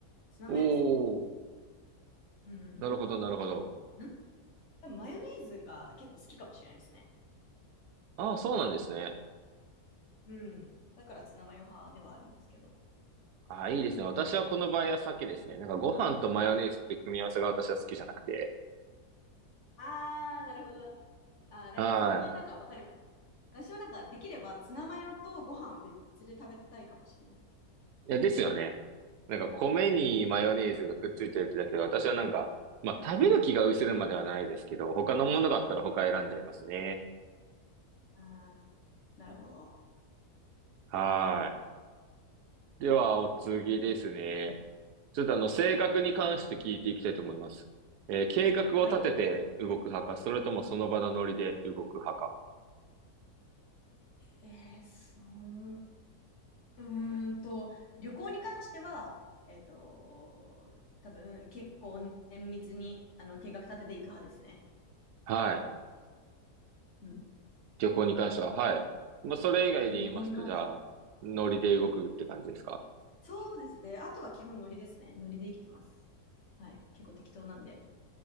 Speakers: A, on the left (about 50°); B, on the right (about 80°).
A: ツナマヨですね。
B: おー、
A: うん。
B: なるほど、なるほど。
A: なんか多分マヨネーズが結構好きかもしれないですね。
B: ああ、そうなんですね。
A: うん。だからツナマヨ派ではあるんですけど。
B: ああ、いいですね。
A: うん、
B: 私はこの場合は鮭ですね。なんかご飯とマヨネーズっていう組み合わせが私は好きじゃなくて。
A: あー、なるほど。あー、だからそれもなんかわかります。
B: はい。
A: 私はなんかできればツナマヨとご飯を別で食べたいかもしれない。
B: いや、ですよね。なんか米にマヨネーズがくっついてるってだけで、私はなんか、まあ食べる気が薄れるまではないですけど、
A: うん。
B: 他のものがあったら他選んじゃいますね。
A: ああ、なるほど。
B: はーい。では、お次ですね。ちょっとあの、性格に関して聞いていきたいと思います。えー計画を立てて動く派か、
A: はい。
B: それともその場のノリで動く派か。
A: えー、そん、うーんと、旅行に関しては、えっと、多分結構綿密にあの計画立てていく派ですね。
B: はい。
A: うん。
B: 旅行に関しては、はい。まあ、それ以外で言いますと、
A: 旅行に関しては。
B: じゃあ、ノリで動くって感じですか
A: そうですね。あとは基本ノリですね。ノリで生きてます。はい。結構適当なんで。